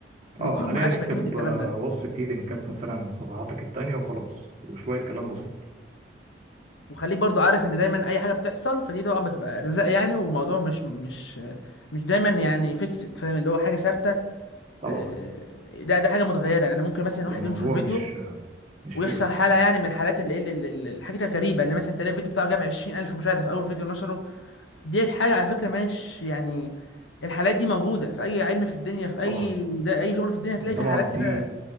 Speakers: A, on the left; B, on the right.
A: اليوتيوب
B: اه حاليا
A: ما عادش
B: اكتب
A: بيعتمد الكلام
B: آه،
A: ده
B: وصف فيه لينكات مثلا صفحاتك التانية وخلاص وشوية كلام بسيط
A: وخليك برضو عارف ان دايما اي حاجة بتحصل فدي طبعا بتبقى رزق يعني وموضوع مش مش مش دايما يعني فيكسد فاهم اللي هو حاجة ثابتة
B: طبعا
A: آه، لا ده حاجه متغيره يعني ممكن مثلا واحد
B: الموضوع
A: ينشر فيديو
B: مش آه، مش
A: ويحصل
B: فيكسد
A: حاله
B: يعني
A: يعني من الحالات اللي إيه، اللي- اللي- الحاجات الغريبه اللي مثلا تلاقي الفيديو بتاعه جاب 20000 مشاهده في اول فيديو نشره دي حاجه على فكره مش يعني الحالات دي موجوده في اي علم في الدنيا في اي
B: طبعا
A: ده اي شغل في الدنيا هتلاقي
B: لأن طبعا
A: في حالات
B: في
A: كده